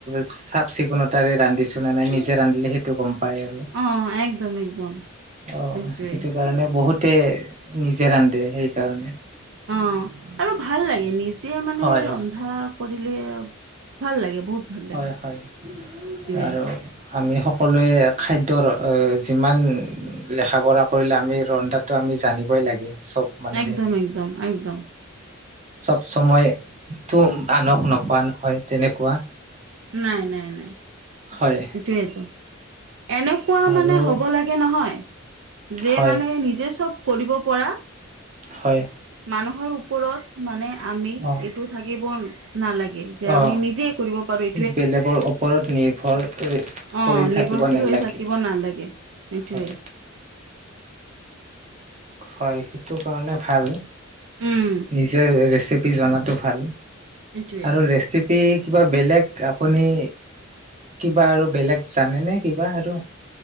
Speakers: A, on the right; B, on the right.
A: চাফ-চিকুণতাৰে ৰান্ধিছো। টুনা নাই নিজে ৰান্ধিলে'হে- সেইটো গম পাই আৰু।
B: অ একদম একদম
A: অ',
B: সেইটোৱে
A: সেইটো কাৰণে বহুত- তে নিজে ৰান্ধে সেইকাৰণে।
B: অঁ', আৰু ভাল লাগে, নিজে মানে
A: হয়
B: ৰন্ধা- কৰিলে ভাল লাগে বহুত। ভাল লাগে
A: হয়-হয়।
B: সেইটোৱে
A: আৰু- আমি সকলোৱে খাদ্যৰ যিমান লেখা-পঢ়া কৰিলে আমি ৰন্ধা- তো আমি জানিবই লাগে চব। মানুহে
B: একদম, একদম, একদম।
A: চব সময়তো আনক নোকোৱা নহয় তেনেকুৱা।
B: নাই-নাই-নাই।
A: হয়।
B: এইটোয়েতো। এনেকুৱা
A: আৰু
B: মানে হ'ব লাগে নহয়, যে
A: হয়
B: মানে নিজে চব কৰিব পৰা
A: হয়।
B: মানুহৰ ওপৰত মানে আমি
A: অঁ
B: এইটো থাকিব নালাগে যে
A: অঁ
B: আমি নিজেই কৰিব পাৰোঁ
A: বেলেগৰ ওপৰত নিৰ্ভৰ
B: অ
A: কৰি
B: নিৰ্ভৰশীল
A: থাকিব নালাগে
B: হৈ থাকিব নালাগে সেইটোৱে।
A: হয় হয় সেইটো কাৰণে ভাল।
B: উম
A: নিজে ৰেচিপ বিজনাটো ভাল।
B: এইটোৱে
A: আৰু ৰেচিপি কিবা বেলেগ আপুনি কিবা আৰু বেলেগ জানেনে কিবা আৰু?